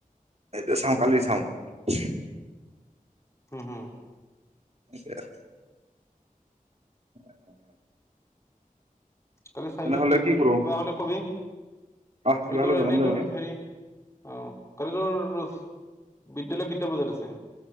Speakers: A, on the right; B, on the left.
A: এইটো চাওঁ কালি চাওঁ উচ
B: উম উম
A: এতিয়া <unintelligible>
B: কালি চাই
A: তেনেহ'লে
B: লও কি হয়
A: কৰো
B: কিবা হলে কবি
A: আহ
B: আৰু
A: কিবা
B: তোৰ
A: হ'লে জনাম
B: এনেই
A: দে
B: তোৰ
A: মই
B: হেৰি অহ কালিটোৰ বিদ্যালয় কেইটা বজাত আছে?